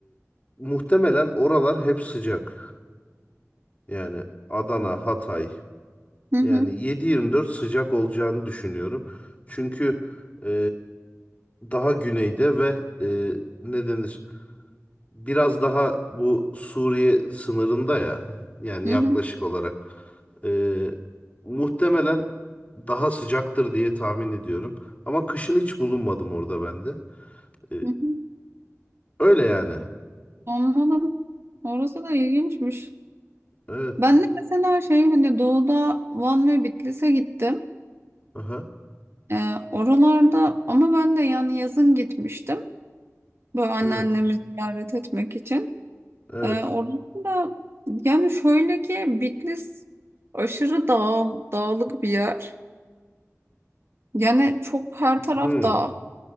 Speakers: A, on the left; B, on the right.
A: muhtemelen oralar hep sıcak. Yani Adana, Hatay.
B: Hı hı,
A: Yani 7-24 sıcak olacağını düşünüyorum. Çünkü e, daha güneyde ve e, ne denir? Biraz daha bu Suriye sınırında ya. Yani
B: hı
A: yaklaşık
B: hı,
A: olarak. Ee, muhtemelen daha sıcaktır diye tahmin ediyorum. Ama kışın hiç bulunmadım orada ben de. Ee,
B: hı hı.
A: öyle yani.
B: Anladım. Orası da ilginçmiş.
A: Evet.
B: Ben de mesela şey hani doğuda Van ve Bitlis'e gittim.
A: Aha.
B: E, oralarda ama ben de yani yazın gitmiştim. Böyle anneannemi
A: Evet.
B: ziyaret etmek için.
A: Evet.
B: Ee, oranın da yani şöyle ki Bitlis aşırı dağ, dağlık bir yer. Yani çok her taraf
A: Hmm.
B: dağ